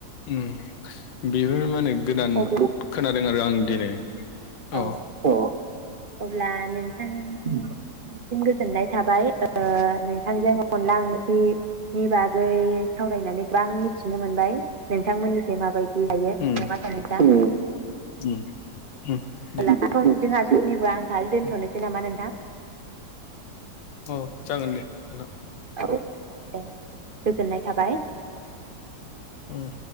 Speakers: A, on the left; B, on the right.
A: उम बेफोर माने गोदान
B: अब्ला
A: खोनादों आरो आं दिनै
B: औ
A: अ
B: औ अह अब्ला नोंथां नि सिम गोजोननाय थाबाय नोंथांजों अनला ओंख्रि नि बागै सावरायनानै गोबां मिथिनो मोनबाय नोंथांमोननिथिं माबायदि जायो
A: उम
B: नङा होनबा नोंथां उम
A: उम उम
B: <unintelligible>
A: दे
B: जोंहा समनिबो आंखाल दोनथ'नोसै
A: उम
B: नामा नोंथां?
A: औ जागोन दे नोंथां
B: औ दे गोजोननाय थाबाय
A: उम